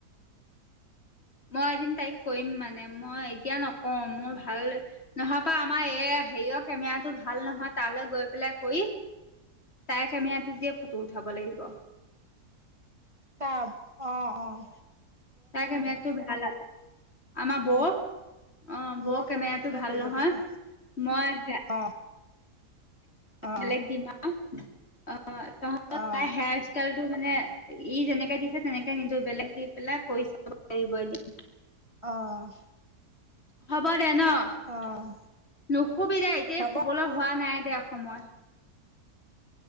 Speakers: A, on the left; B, on the right.
A: মই এদিন তাইক কৰিম মানে মই এতিয়া নকওঁ মোৰ ভাল নহয় পা আমাৰ এইয়াই হেৰিয় কেমেৰাটো ভাল নহয়। তালৈ গৈ পেলাই কৰি তাইৰ কেমেৰাটো দিয়ে ফটো উঠাব লাগিব।
B: তাপ, অঁ অঁ।
A: তাইৰ কেমেৰাটো ভাল আও। আমাৰ বৌৰ---া অঁ, বৌৰ
B: বৰ
A: কেমেৰাটো
B: কেমেৰাটোতে
A: ভাল
B: কৰিব
A: নহয়।
B: পাৰিবি
A: মই সেয়া
B: অ অ
A: বেলেগ দিমা অঁ তহঁতৰ তাই
B: অ
A: হেয়াৰ ষ্টাইলটো মানে, ই যেনেকে দিছে তেনেকে নিজে বেলেগ দি পেলাই কৰি চাব পাৰিব এদিম।
B: অঁ
A: হ'ব দে ন'।
B: অ'
A: নুশুবি দেই, এতিয়া
B: হ'ব
A: শুবলৈ হোৱা নাই দে অসময়ত।